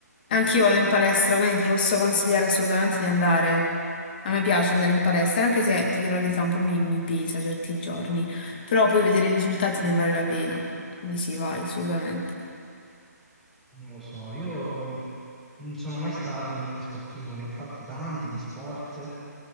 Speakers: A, on the left; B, in the centre.
A: Anch'io vado in palestra, quindi ti posso consigliare assolutamente di andare. A me piace andare in palestra, anche se ti dirò la verità, un po' mi, mi pesa certi giorni, però poi vedere i risultati ne vale la pena. Quindi sì, vai, assolutamente.
B: Non lo so, io mh, non sono mai stato un grande sportivo, ne ho fatti tanti di sport,